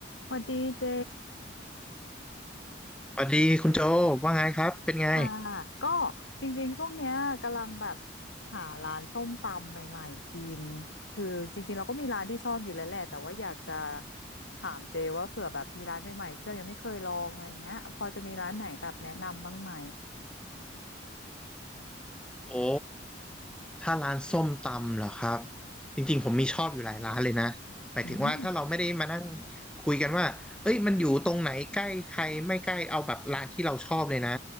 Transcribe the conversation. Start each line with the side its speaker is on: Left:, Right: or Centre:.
Left: สวัสดีเจ
Centre: สวัสดีคุณโจว่าไงครับเป็นไง
Left: ค่ะ ก็จริงๆ ช่วงเนี้ยกำลังแบบหาร้านส้มตำใหม่ๆกินคือจริงๆเราก็มีร้านที่ชอบอยู่แล้วแหละแต่ว่าอยากจะถามเจว่าเผื่อแบบมีร้านใหม่ๆที่เรายังไม่เคยลองอะไรเงี้ยพอจะมีร้านไหนแบบแนะนำบ้างไหม
Centre: โอ้ถ้าร้านส้มตำเหรอครับจริงๆผมมีชอบอยู่หลายร้านเลยนะหมายถึงว่าถ้าเราไม่ได้มานั่ง
Left: อืม
Centre: คุยกันว่าเอ้ยมันอยู่ตรงไหนใกล้ใครไม่ใกล้เอาแบบร้านที่เราชอบเลยนะ